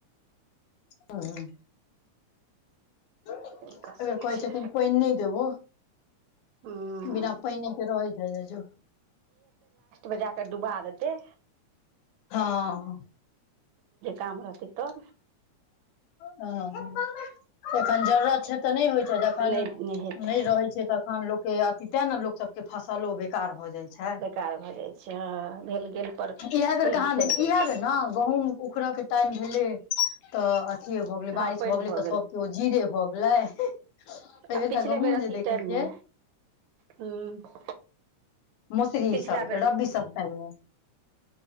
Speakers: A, on the left; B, on the right.
A: हूं। एैय
B: की कऽ सकै
A: बेर कहै
B: छै
A: छथिन पैन नैय देबौ।
B: हूँ
A: बिना पैने के रहै जाय जो।
B: बजाकऽ डुबा देतै।
A: हँं।
B: काम रह तै तऽ।
A: हँं एखन जरूरत छै तऽ नै होय छै, जब अखन
B: नहि नहि हेतै
A: नै रहै छै, तखन लोक के अथी तैं न लोक सब के फसलो बेकार भऽ जाय छै,
B: बेकार भऽ जाइ छै हँ भेल गेल पर
A: इह बेर
B: पानि
A: कहाँ
B: फेर
A: दीन
B: दै
A: इएह
B: छै
A: बेर ने गहुूंम उखड़ के टाइम भेलै तऽ अथिये भए गेलै
B: हँ
A: बारिश
B: पानि
A: भए गेलै
B: भऽ
A: तऽ सब केओ जीरे भए गेल। लै एहि
B: आ
A: बेरका
B: पिछले
A: गहुँम
B: बेर अथी
A: जे देखै
B: टाइममे
A: छियै।
B: हूँ
A: मोसरी
B: पिछला
A: सब
B: बेर
A: रबी सब खाइये।